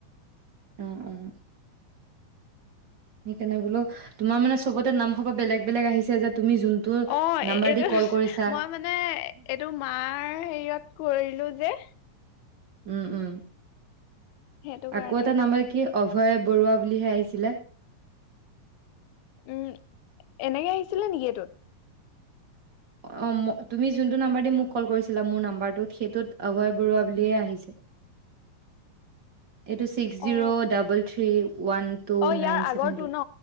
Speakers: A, on the right; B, on the left.
A: উম-উম-। সেইকাৰণে বোলো, তোমাৰ মানে চবতে নামসোপা বেলেগ বেলেগ আহিছে যে তুমি যোনটো
B: অ
A: নাম্বাৰ
B: এইটো
A: দি কল কৰিছা
B: মই মানে এইটো মাৰ হেৰিয়ত কৰিলো যে
A: উম- উম।
B: সেইটো
A: আকৌ
B: কাৰণে
A: এটা নম্বৰ কি অভয় বৰুৱা বুলিহে আহিছিলে
B: উম, এনেকে আহিছিলে নেকি এইটোত?
A: অ, ম তুমি জোনটো নাম্বাৰ দি মোক কল কৰিছিলা, মোৰ নাম্বাৰটোত, সেইটোত অভয় বৰুৱা বুলিয়েই আহিছে। এইটো ছিক্স zero
B: অ
A: double three one two
B: অ' ইয়াৰ
A: নাইন
B: আগৰটো
A: ছেভেন টু
B: ন,